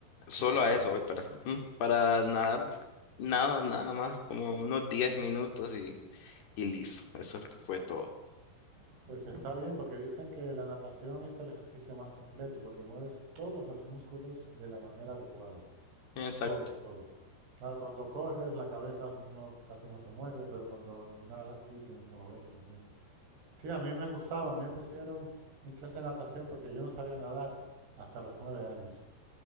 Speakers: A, on the left; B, on the right.
A: solo
B: qué bien.
A: a eso voy para, mm, para nadar, nada, nada más, como unos 10 minutos y, y listo, eso fue todo.
B: Pues está bien, porque dicen que la natación es el ejercicio más completo, porque mueves todos los músculos de la manera adecuada.
A: Exacto.
B: Todos, todos. Claro, cuando corres la cabeza no, casi no se mueve, pero cuando nadas sí tienes que moverla también. Sí, a mí me gustaba, a mí me pusieron en clase de natación porque yo no sabía nadar hasta los nueve años.